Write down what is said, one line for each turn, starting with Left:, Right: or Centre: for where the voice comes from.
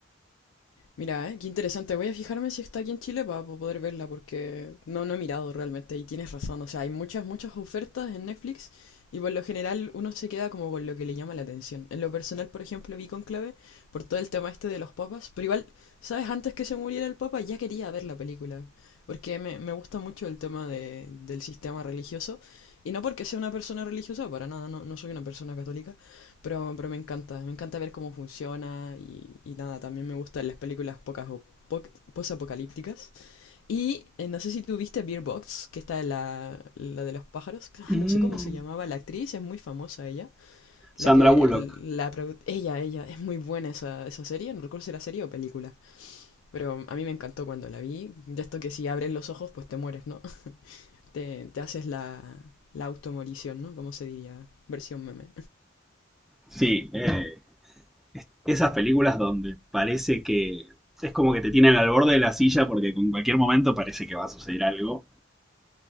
Left: Mira, eh, qué interesante. Voy a fijarme si está aquí en Chile para poder verla, porque no, no he mirado realmente y tienes razón. O sea, hay muchas, muchas ofertas en Netflix y por lo general uno se queda como con lo que le llama la atención. En lo personal, por ejemplo, vi Conclave por todo el tema este de los papas, pero igual, ¿sabes? Antes que se muriera el papa ya quería ver la película, porque me, me gusta mucho el tema de, del sistema religioso y no porque sea una persona religiosa, para nada, no, no soy una persona católica. Pero, pero me encanta, me encanta ver cómo funciona y, y nada, también me gustan las películas pocas o po- posapocalípticas. Y eh, no sé si tú viste Beer Box, que está la, la de los pájaros. Ah,
Centre: Mm.
Left: no sé cómo se llamaba la actriz, es muy famosa ella.
Centre: Sandra
Left: La que,
Centre: Bullock.
Left: la, pro- ella, ella, es muy buena esa, esa serie, no recuerdo si era serie o película. Pero a mí me encantó cuando la vi. De esto que si abres los ojos, pues te mueres, ¿no? <laughs> Te, te haces la, la automorición, ¿no? cómo se diría, versión meme.
Centre: Sí, eh, es- esas películas donde parece que es como que te tienen al borde de la silla porque en cualquier momento parece que va a suceder algo.